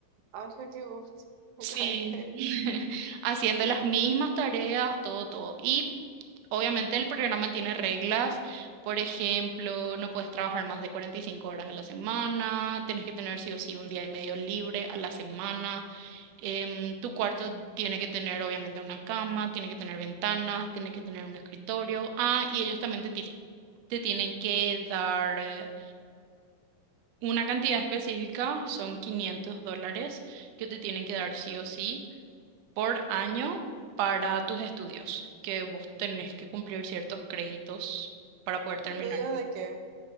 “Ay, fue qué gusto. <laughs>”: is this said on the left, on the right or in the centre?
Right